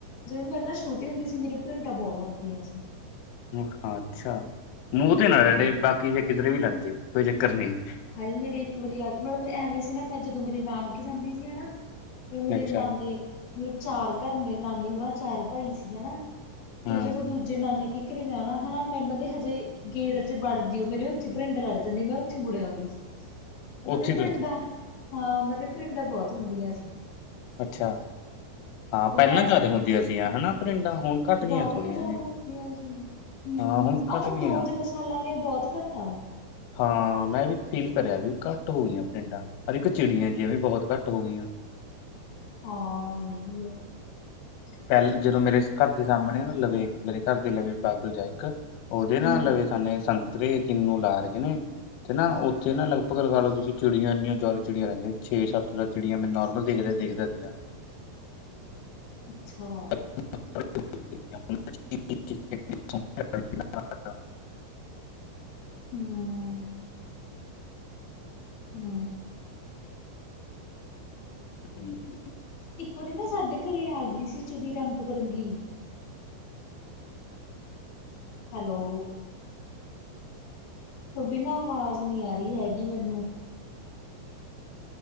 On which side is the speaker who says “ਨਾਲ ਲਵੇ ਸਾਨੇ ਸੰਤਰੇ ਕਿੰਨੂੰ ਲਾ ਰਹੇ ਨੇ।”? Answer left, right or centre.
Left